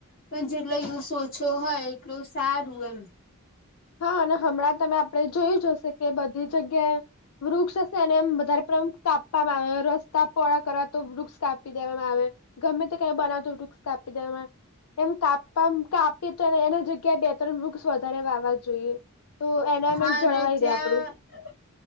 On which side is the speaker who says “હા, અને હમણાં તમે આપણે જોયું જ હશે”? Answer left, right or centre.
Left